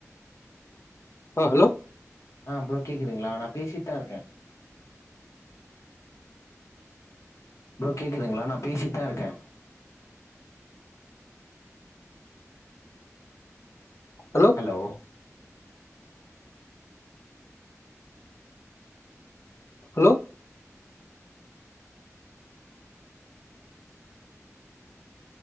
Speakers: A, on the left; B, on the left.
A: ஆ ஹலோ
B: ஆ ப்ரோ கேக்குதுங்களா நா பேசிட்டு தா இருக்கே ப்ரோ கேக்குதுங்களா நா பேசிட்டு தா இருக்கே
A: ஹலோ
B: ஹலோ
A: ஹலோ